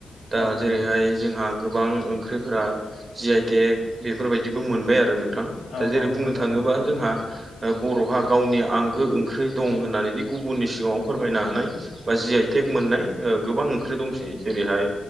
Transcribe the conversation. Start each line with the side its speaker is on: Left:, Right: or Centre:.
Right: दा
Left: औ
Right: जेरैहाय
Left: नंगौ
Right: जोंहा गोबां ओंख्रिफोरा जि आइटेक बेफोरबायदिबो मोनबाय आरो नोंथां
Left: औ
Right: दा जेरै
Left: औ
Right: बुंनो
Left: नंगौ
Right: थांङोबा
Left: नंगौ
Right: जोंहा बर'हा गावनि आंगो ओंख्रि दं होननानैदि गुबुननि सिगांङाव फोरमायनो हानाय बा जि आइ तेक मोननाय गोबां ओंख्रि दंसै जेरैहाय